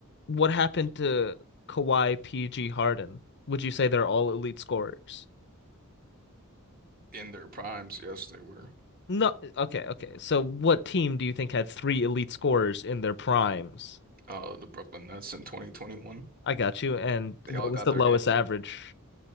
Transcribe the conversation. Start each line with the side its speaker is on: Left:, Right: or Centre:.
Left: what happened to Kawhi, PG, Harden? Would you say they're all elite scorers?
Right: In their primes, yes, they were
Left: No. Okay. Okay. So, what team do you think had three elite scorers in their primes?
Right: uh the Brooklyn Nets in 2021.
Left: I got you. And
Right: They
Left: what
Right: all
Left: was
Right: got
Left: the
Right: their
Left: lowest
Right: game
Left: average